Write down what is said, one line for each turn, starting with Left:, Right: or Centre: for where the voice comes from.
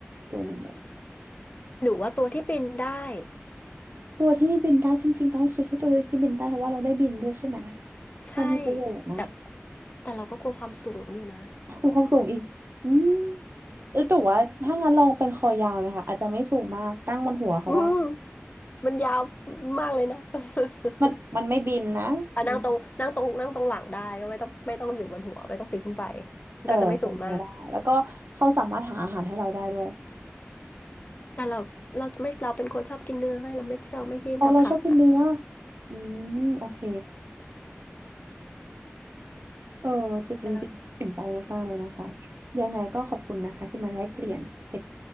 Right: ตัวหนึ่งเลย
Left: หรือว่าตัวที่บินได้
Right: ตัวที่บินได้จริงๆต้องคิดให้ตัวที่บินได้เพราะว่าเราได้บินด้วยใช่ไหม
Left: ใช่
Right: มันมีประโยชน์นะ
Left: แต่แต่เราก็กลัวความสูงอยู่นะ
Right: ครูความสูงอีกอืม เออแต่ว่าถ้างั้นลองเป็นคอยาวเลยค่ะอาจจะไม่สูงมากตั้งบนหัวเขาได้
Left: <laughs> อืมมันยาวมากเลยนะ <laughs>
Right: มันมันไม่บินนะมัน
Left: อ่ะนั่งตรงนั่งตรงนั่งตรงหลังได้ก็ไม่ต้องไม่ต้องอยู่บนหัวไม่ต้องปีนขึ้นไปมันก็จะไม่สูงมาก
Right: เออเป็นไปได้แล้วก็เขาสามารถหาอาหารให้เราได้ด้วย
Left: แต่เราเราไม่เราเป็นคนชอบกินเนื้อไงเราไม่เราไม่กินแต่ผักอ่ะ
Right: อ๋อเราชอบกินเนื้ออืมโอเคเออแต่จริงๆสนใจมากๆเลยนะคะ
Left: เดี๋ยวเรา
Right: ยังไงก็ขอบคุณนะคะที่มาแลกเปลี่ยนเหตุ